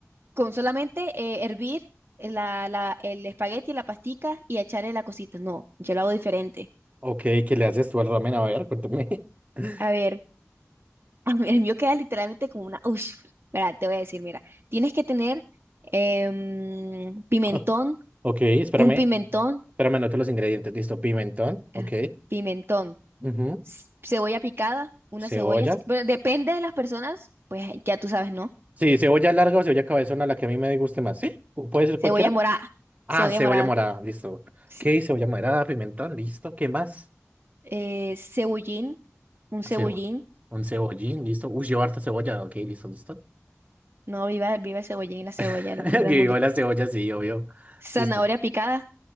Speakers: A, on the right (about 50°); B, on the right (about 30°).
A: con solamente eh, hervir la, la, el espagueti, la pastica y echarle la cosita. No, yo lo hago diferente.
B: Ok, ¿qué le haces tú al ramen? A ver, cuéntame. <laughs>
A: A ver, <laughs> a mí- el mío queda literalmente como una... Ush, mira, te voy a decir, mira, tienes que tener em, pimentón,
B: Ah, Ok, espérame.
A: un pimentón,
B: Espérame, anoto los ingredientes. Listo, pimentón. Ok.
A: eh, pimentón,
B: ujú,
A: c- cebolla picada, una
B: Cebolla.
A: cebolla, sí, bueno, depende de las personas, pues ya tú sabes, ¿no?
B: Sí, cebolla larga o cebolla cabezona, la que a mí me guste más. ¿Sí? ¿Pu- ¿Puede ser
A: Cebolla
B: cualquiera?
A: morada,
B: Ah,
A: cebolla
B: cebolla
A: morada.
B: morada. Listo.
A: sí
B: Ok, cebolla morada, pimentón. Listo. ¿Qué más?
A: eh, cebollín, un cebollín,
B: Cebolla. Un cebollín. Listo. Uy, llevo harta cebolla. Ok, listo, listo.
A: no, viva, viva el cebollín y la cebolla,
B: <laughs>
A: lo mejor del
B: Que
A: mundo.
B: viva la cebolla, sí, obvio.
A: Zanahoria
B: Listo.
A: picada,